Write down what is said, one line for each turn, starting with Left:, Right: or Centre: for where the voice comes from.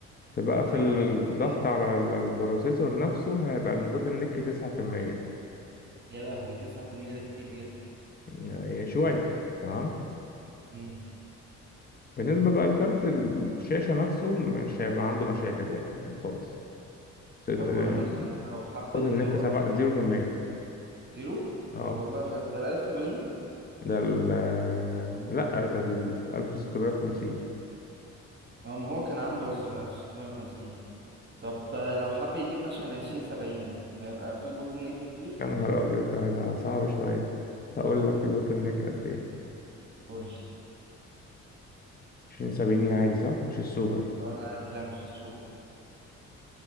Left: فبقى
Right: ده
Left: في الضغط
Right: على جودة ايه؟
Left: على ال- البروسيسور نفسه هيبقى البوتل نيك 9%
Right: يا لهوي 9% ده كتير جدا
Left: يعني شوية تمام
Right: مم.
Left: بالنسبة بقى لكارت الشاشة نفسه مش هيبقى عنده مشاكل يعني خالص صفر-
Right: طب وأنا مثلا لو حبيت
Left: البوتل
Right: اللي
Left: نيك
Right: هو
Left: سبعة
Right: مثلا
Left: زيرو في المية
Right: زيرو
Left: اه
Right: طب والله حلو ده ال 1080
Left: ده ال لأ ده ال 1650
Right: اه ما هو كان عنده اصلا 1650 طب آه، لو حب يجيب مثلا 2070 هيبقى في بوتل نيك كبير
Left: يا نهار أبيض ده هيبقى صعب شوية هقول لك البوتل نيك قد ايه
Right: قول لي
Left: 20 70 العادي صح مش السوبر
Right: اه لا عادي لا مش السوبر